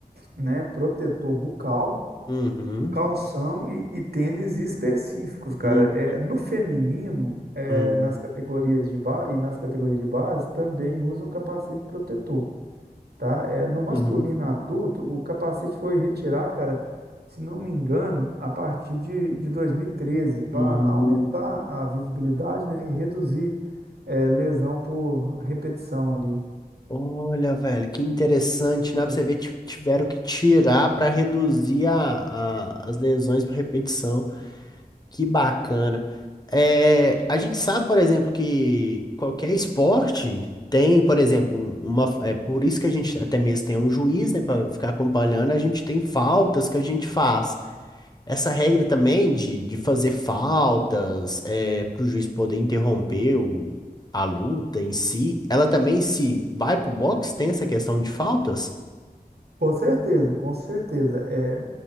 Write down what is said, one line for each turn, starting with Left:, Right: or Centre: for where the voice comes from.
Right: né, protetor bucal,
Left: Uhum,
Right: Calção e, e tênis específicos, cara.
Left: uhum,
Right: É, no feminino, é,
Left: uhum,
Right: nas categorias de base e nas categorias de base também usam capacete protetor, tá? É, no masculino
Left: uhum,
Right: adulto, o capacete foi retirado, cara, se não me engano, a partir de, de 2013, para
Left: uhum.
Right: aumentar a visibilidade, né, e reduzir, é, lesão por repetição ali.
Left: Olha, velho, que interessante, né? Pra
Right: né?
Left: você ver, ti- tiveram que tirar pra reduzir a, a- as lesões por repetição. Que bacana. É, a gente sabe, por exemplo, que qualquer esporte tem, por exemplo, um- uma, é por isso que a gente até mesmo tem um juiz, né, Pra ficar acompanhando, a gente tem faltas que a gente faz. Essa regra também de, de fazer faltas, é, para o juiz poder interromper o- a luta em si, ela também se vai pro box, tem essa questão de faltas?
Right: com certeza, com certeza. é.